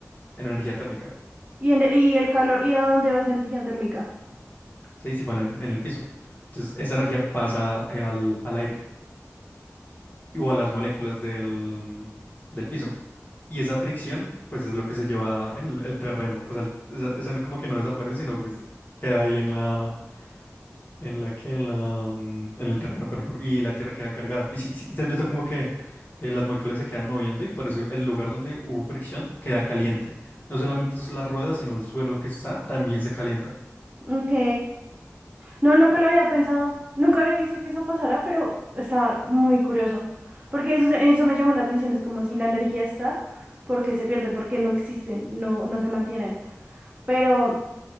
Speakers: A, on the left; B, on the right.
A: en energía térmica,
B: ¿y, en- y el calor? ¿Y a dónde va esa energía térmica?
A: se disipa en el, en el piso. Entonces, esa energía pasa eh, al, al aire y- o a las moléculas del, del piso. Y esa fricción, pues es lo que se lleva el, el terreno. O sea, el- esa, esa como que no desaparece, sino pues queda ahí en la, En la que, en la, mm, en el terreno, por ejemplo, y la tierra queda cargada. Y si, si- y te has visto como que eh, las moléculas se quedan moviendo y por eso el lugar donde hubo fricción queda caliente. No solamente es la rueda, sino el suelo que está también se calienta.
B: Ok. No, nunca lo había pensado, nunca había visto que eso pasara, pero está muy curioso, porque eso, se- eso me llamó la atención, es como si la energía está, porque se pierde, porque no existen, no, no se mantienen, pero